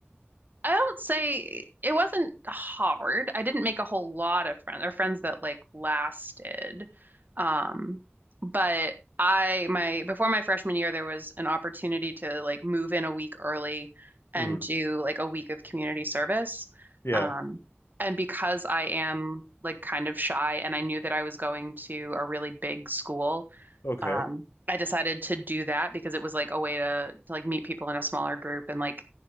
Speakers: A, on the right (about 45°); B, on the left (about 80°).
A: I don't say it wasn't hard. I didn't make a whole lot of friends or friends that like lasted. Um, but I my before my freshman year there was an opportunity to like move in a week early and
B: Mm,
A: do like a week of community service.
B: yeah,
A: Um, and because I am like kind of shy and I knew that I was going to a really big school,
B: okay.
A: um, I decided to do that because it was like a way to, to like meet people in a smaller group and like